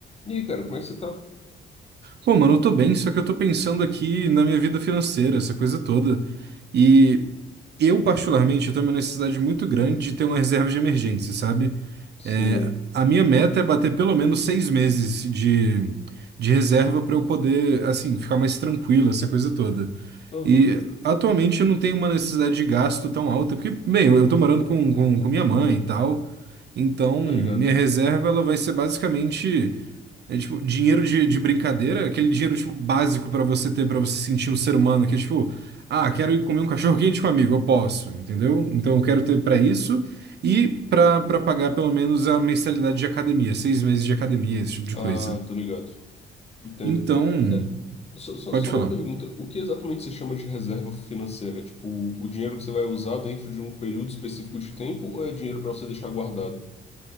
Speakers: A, on the left (about 30°); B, on the right (about 60°).
A: E aí, cara, como é que você tá?
B: Pô, mano, eu tô bem, só que eu tô pensando aqui na minha vida financeira, essa coisa toda. E eu, particularmente, eu tenho uma necessidade muito grande de ter uma reserva de emergência, sabe?
A: Sei.
B: É, a minha meta é bater pelo menos seis meses de, de reserva pra eu poder, assim, ficar mais tranquilo, essa coisa toda.
A: Aham,
B: E atualmente eu não tenho uma necessidade de gasto tão alta, porque, bem, eu, eu tô morando com, com, com minha mãe e tal. Então, minha
A: tô ligado.
B: reserva ela vai ser basicamente. É tipo, dinheiro de, de brincadeira, aquele dinheiro tipo básico pra você ter pra você se sentir um ser humano, que é tipo, ah, quero ir comer um cachorro quente com um amigo, eu posso, entendeu? Então eu quero ter pra isso e pra para pagar pelo menos a mensalidade de academia, seis meses de academia, esse tipo de
A: Ah,
B: coisa.
A: tô ligado. Entendo.
B: Então,
A: É, só, só,
B: pode
A: só
B: falar.
A: uma pergunta. O que exatamente você chama de reserva financeira? É, Tipo, o dinheiro que você vai usar dentro de um período específico de tempo ou é dinheiro pra você deixar guardado?